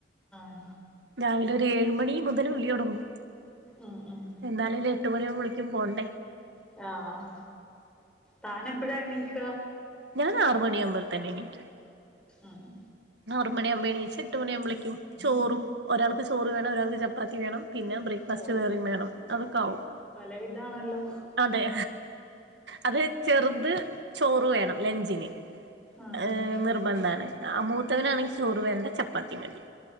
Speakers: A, in the centre; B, on the right (about 75°).
A: ഹ
B: രാവിലെ ഒര് ഏഴ് മണി മുതൽ വിളി ഒടങ്ങും
A: ഉം ഉം
B: എന്നാലല്ലെ എട്ട് മണി ആവുമ്പളക്കും പോണ്ടേ
A: ആഹ് താൻ എപ്പഴാ എണീക്ക
B: ഞാൻ ആറ് മണിയാവുബൾ തന്നെ എണീക്കും
A: ആഹ്
B: ആറ് മണിയാവുബേ എണീച്ച് എട്ട് മണിയുമ്പളേക്കും ചോറും ഒരാൾക്ക് ചോറ് വേണം ഒരാൾക്ക് ചപ്പാത്തി വേണം പിന്നെ ബ്രേക്ക്ഫാസ്റ്റ്
A: ഓ
B: വേറയും വേണം അതൊക്ക ആവും
A: പലവിധാണല്ലോ
B: അതെ അത് ചെർത് ചോറ് വേണം ലഞ്ചിന്
A: ആഹ്
B: ഏഹ്
A: ആഹ്
B: നിർബന്ധാണ് ആ മൂത്തവനാണെങ്കി ചോറ് വേണ്ട ചപ്പാത്തി മതി